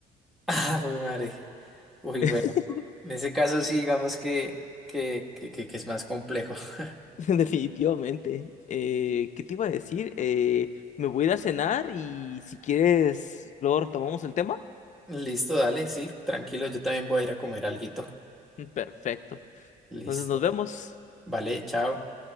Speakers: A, in the centre; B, on the left (about 45°).
A: Ah, uy, madre. Uy,
B: <laughs>
A: bueno. En ese caso sí, digamos que, que, que, que, que es más complejo. <laughs>
B: Definitivamente. Eh, ¿qué te iba a decir? Eh, me voy a ir a cenar y si quieres, luego retomamos el tema.
A: Listo, dale, sí, tranquilo, yo también voy a ir a comer alguito.
B: Perfecto.
A: Listo.
B: Entonces nos vemos.
A: Vale, chao.